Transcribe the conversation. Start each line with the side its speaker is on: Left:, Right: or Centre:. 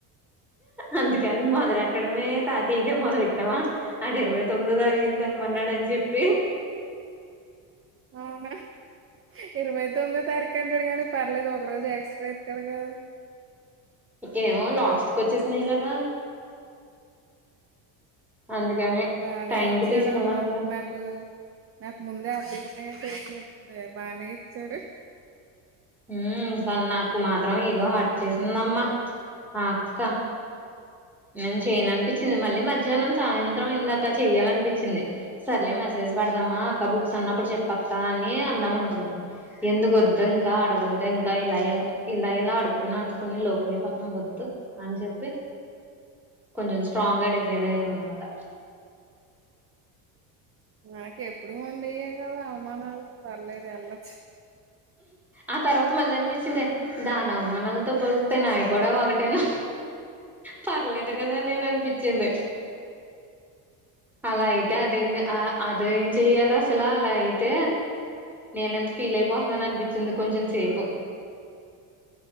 Centre: అందుకని మొదలెట్టడమే
Right: మ్మ్.
Centre: తతీగా మొదలెట్ట అంటవా అడ ఇరవై తొమ్మిదో తారీకు దమ్మన్నాడని జెప్పి
Right: అవునా ఇరవై తొమ్మిదో తారీఖు అంటడు గానీ పర్లేదు ఒక రోజు ఎక్స్ట్రా ఇత్తడు గదా
Centre: ఏమో లాస్ట్ కోచ్చేసినయి గదా! అందుకని
Right: వాడే
Centre: టైం
Right: ఇచ్చాడమ్మా
Centre: కి తీసుకెళ్ళాలిగా
Right: నాక్ నాకు ముందే <inaudible> బాగానే ఇచ్చాడు
Centre: ఊ ఇంక నాకు మాత్రం ఇగో హట్ చేసిందమ్మా ఆ అక్క నేన్ చేయను అనిపించింది మళ్ళీ మాజ్యాహనం సాయంత్రం ఇందాక చెయ్యాలనిపించింది సర్లే మెసేజ్ పెడదామా అక్క బుక్స్ ఉన్నప్పుడు చెప్పక్క అని అందాం అనుకున్నాను ఎందుకొద్దు ఇంకా అడగొద్దు ఇంకా ఇలయల్ ఇలా ఇలా అడుకుని అడుకుని లోకవైపోతున్నాం వద్దు అని జెప్పి కొంచెం స్ట్రాంగా డిసైడ్ అయ్యానన్నమాట
Right: మనకి ఎప్పుడు ఉండేయం గదా అవమానాలు పర్లేదు ఎళ్లొచ్చు
Centre: ఆ తర్వాత మళ్ళ అనిపించిందే దాని అవమానాలతో పోలితే నాయి కూడా ఒకటైనా పర్లేదు కదా నేను అనిపిచ్చింది. అలా అయితే అదేంది ఆ ఆ ఏం చెయ్యాలి అసలు అలా అయితే నేన ఎంత ఫీల్ అయిపోతున్నాను అనిపి సింధు కొంచం సేపు